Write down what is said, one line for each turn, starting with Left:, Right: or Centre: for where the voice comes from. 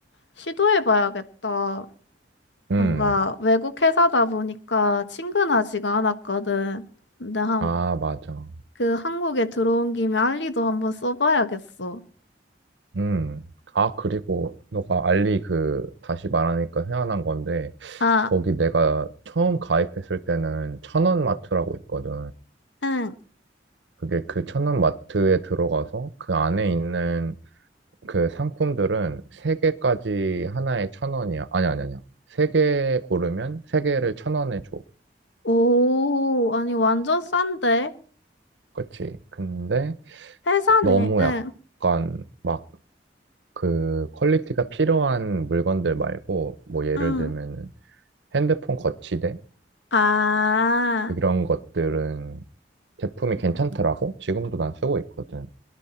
Left: 시도해봐야겠다.
Right: 음.
Left: 뭔가 외국 회사다 보니까 친근하지가 않았거든. 근데 한,
Right: 아, 맞아.
Left: 그 한국에 들어온 김에 알리도 한번 써봐야겠어.
Right: 음. 아, 그리고 너가 알리 그 다시 말하니까 생각난 건데
Left: 아,
Right: 거기 내가 처음 가입했을 때는 천원마트라고 있거든.
Left: 응.
Right: 그게 그 천원마트에 들어가서 그 안에 있는 그 상품들은 세개까지 하나에 천원이야. 아니, 아니, 아니야. 세 개 고르면 세개를천원에 줘.
Left: 오, 아니 완전 싼데?
Right: 그치? 근데
Left: 회사네,
Right: 너무
Left: 응,
Right: 약간 막 그 퀄리티가 필요한 물건들 말고 뭐 예를
Left: 응.
Right: 들면은 핸드폰 거치대
Left: 아,
Right: 이런 것들은 제품이 괜찮더라고. 지금도 난 쓰고 있거든.